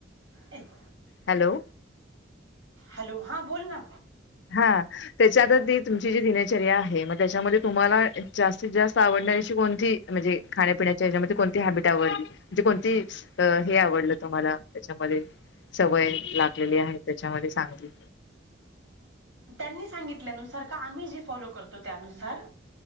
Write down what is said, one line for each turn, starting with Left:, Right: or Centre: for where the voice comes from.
Right: एक
Left: हॅलो
Right: हॅलो हां बोल ना
Left: हा त्याच्यात ती तुमची जी दिनचर्या आहे, मग त्याच्यामध्ये तुम्हाला जास्तीत जास्त आवड कोणती म्हणजे खाण्यापण्याच्याच्या कोणती हॅबिट आवडली म्हणजे कोणती आवड? तुम्हाला त्याच्यामध्ये सवय लागलेली आहे त्याच्यामध्ये सांगली
Right: त्यां सांगितल्यानुसार का आम्ही जे फॉलो करतो त्यानुसार